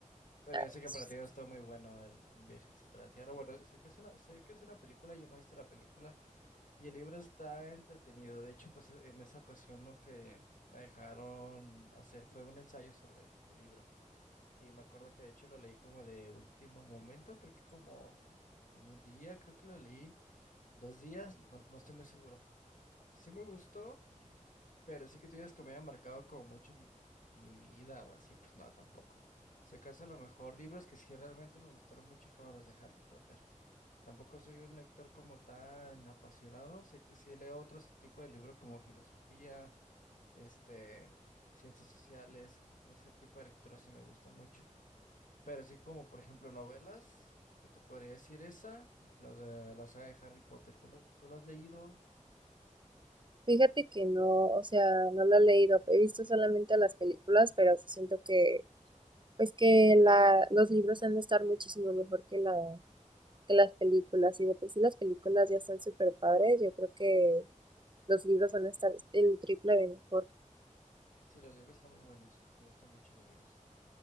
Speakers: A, on the left (about 80°); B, on the right (about 35°).
A: Pero
B: Ah,
A: yo sé que
B: pues,
A: para ti no estuvo muy bueno el Un viaje al centro de la Tierra. Bueno, sé que es una, sé que es una película, yo no he visto la película y el libro está entretenido. De hecho, pues en esa ocasión lo que me dejaron hacer fue un ensayo sobre el libro. Y me acuerdo que de hecho lo leí como de último momento, creo que como en un día, creo que lo leí, dos días, no no estoy muy seguro Sí me gustó, pero sí que tú digas que me haya marcado como mucho m- mi vida o así, pues no, tampoco. Si acaso a lo mejor libros que sí realmente me gustaron mucho fueron los de Harry Potter. Tampoco soy un lector como tan apasionado, sí, sí leo otros tipo de libros como filosofía, este, ciencias sociales, ese tipo de lectura sí me gusta mucho. Pero sí como, por ejemplo, novelas, que te podría decir esa, las de la saga de Harry Potter, ¿tú las, tú las has leído?
B: Fíjate que no, o sea, no la he leído, he visto solamente las películas, pero sí siento que, pues que la, los libros han de estar muchísimo mejor que la, que las películas, y de por sí las películas ya están súper padres, yo creo que los libros van a estar el triple de mejor,
A: Sí, los libros están muy buenos. Me gustan mucho los libros.